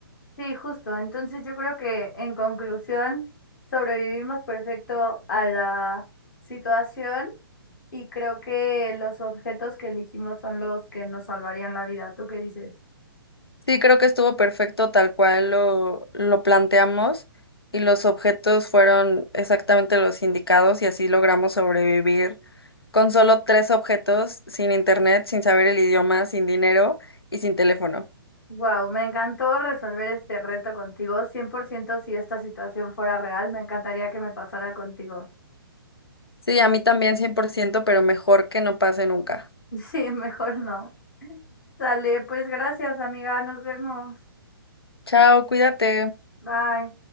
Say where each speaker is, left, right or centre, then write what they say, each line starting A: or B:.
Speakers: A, on the left; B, on the left.
A: Sí, justo. Entonces yo creo que en conclusión, sobrevivimos perfecto a la situación Y creo que los objetos que elegimos son los que nos salvarían la vida. ¿Tú qué dices?
B: Sí, creo que estuvo perfecto tal cual lo, lo planteamos y los objetos fueron exactamente los indicados y así logramos sobrevivir con solo tres objetos, sin internet, sin saber el idioma, sin dinero y sin teléfono.
A: Wow, me encantó resolver este reto contigo. cien por ciento si esta situación fuera real, me encantaría que me pasara contigo.
B: Sí, a mí también 100%, pero mejor que no pase nunca.
A: <laughs> Sí, mejor no. Sale, pues gracias, amiga. Nos vemos.
B: Chao, cuídate.
A: Bye.